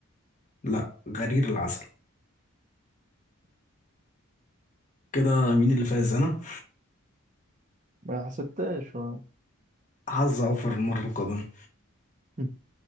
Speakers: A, on the left; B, on the right.
A: لا غرير العسل كده مين اللي فاز انا
B: ما حسبتهاش آه.
A: حظ اوفر المرة القادمة
B: <laughs>